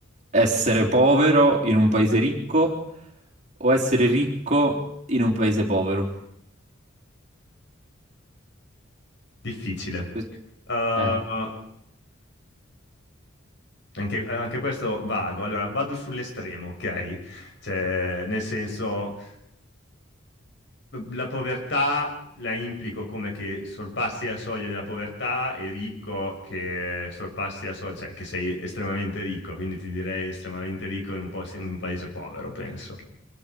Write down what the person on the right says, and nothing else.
essere povero in un paese ricco o essere ricco in un paese povero?
Que-
Eh,